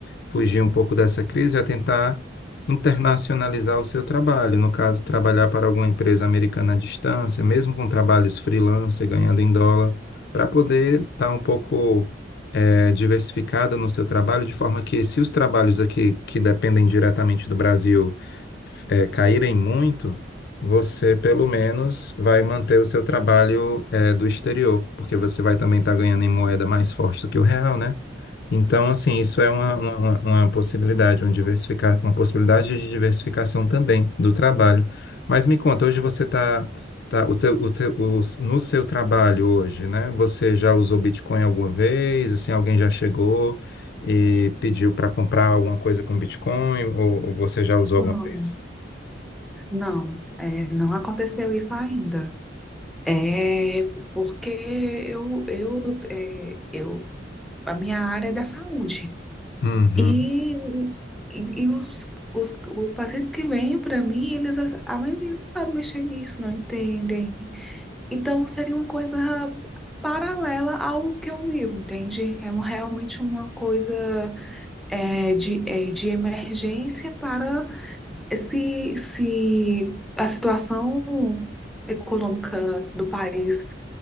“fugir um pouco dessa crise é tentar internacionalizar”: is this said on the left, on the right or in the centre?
Left